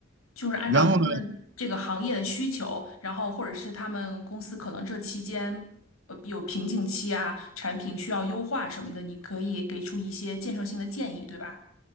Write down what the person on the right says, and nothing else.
然后呢，